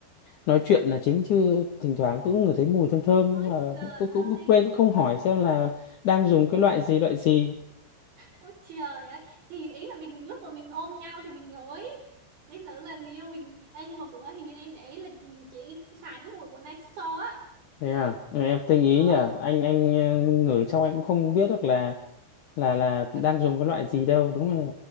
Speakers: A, on the left; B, on the right.
A: nói chuyện là chính chứ thỉnh thoảng cũng ngửi thấy mùi thơm thơm
B: ơi
A: nhưng mà
B: trời
A: cũng cũng
B: ơi
A: cũng quên không hỏi xem là đang dùng cái loại gì loại gì
B: Ôi trời ơi Thì ý là mình lúc mà mình ôm nhau thì mình ngửi Thêm nữa là người yêu mình Ê, Nhưng mà bữa hình như em để ý là ừ, chị xài cái mùi của Narciso á
A: thế à Ừ, em tinh ý
B: Ồ
A: nhỉ anh anh ờ, ngửi trong anh cũng không biết được là là là
B: Thực,
A: đang dùng cái loại gì đâu đúng là